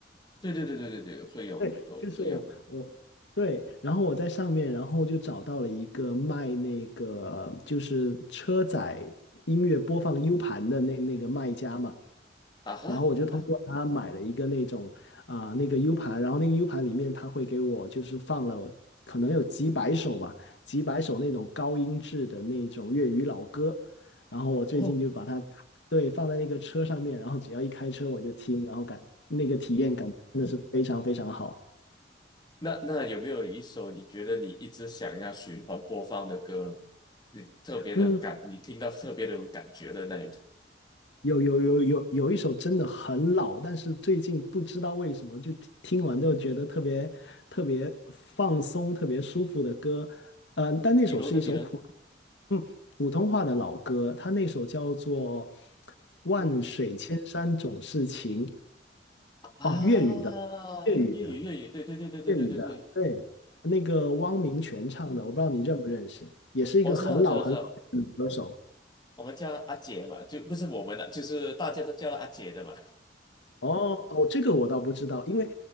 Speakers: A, on the left; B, on the left.
A: 对对对对对对，会有很都会有
B: 对，就是我我对，然后我在上面，然后就找到了一个卖那个就是车载音乐播放 U 盘的那那个卖家嘛，
A: 啊哈啊哈
B: 然后我就通过他买了一个那种啊、那个 U 盘，然后那个 U 盘里面他会给我就是放了可能有几百首吧，几百首那种高音质的那种粤语老歌，然后我最近就把它对，
A: 哦，
B: 放在那个车上面，然后只要一开车我就听，然后感那个体验感真的是非常非常好。
A: 那那有没有一首你觉得你一直想要循环播放的歌呢？你特别的感，
B: 嗯，
A: 你听到特别的有感觉的那一种，
B: 有有有有有一首真的很老，但是最近不知道为什么就听完之后觉得特别特别放松、特别舒服的歌。嗯、但那首是一首普
A: 比如呢，比如，
B: 嗯普通话的老歌，它那首叫做《万水千山总是情》
A: 嗯啊，
B: 哦，粤语的，粤语的。
A: 粤语粤语，对对对对对对对对，
B: 粤语的，对，那个汪明荃唱的，
A: 嗯，
B: 我不知道你认不认识，也是一个很老很老的女歌手。
A: 我知道知道知道，我们叫她阿姐嘛，就不是我们的，就是大家都叫了阿姐的嘛，
B: 哦哦，这个我倒不知道，因为